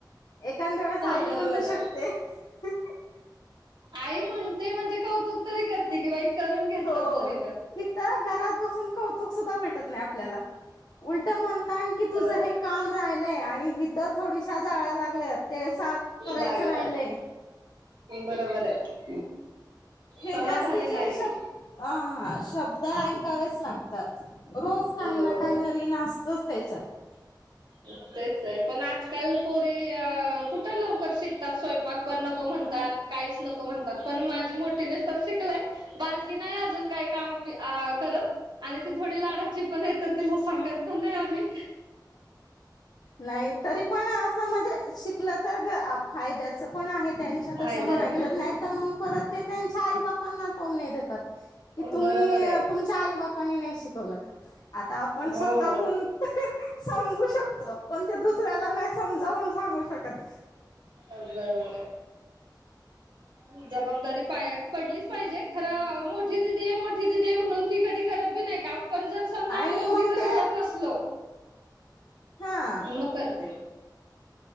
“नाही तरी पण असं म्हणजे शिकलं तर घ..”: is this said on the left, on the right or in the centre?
Left